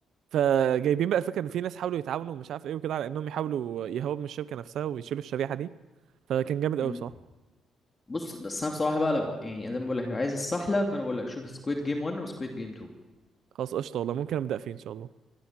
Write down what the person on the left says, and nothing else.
مم.
بص بس انا بصراحه بقى لو يعني زي ما بقول لك لو عايز السحله فانا بقول لك شوف سكويد جيم 1 وسكويد جيم اتنين.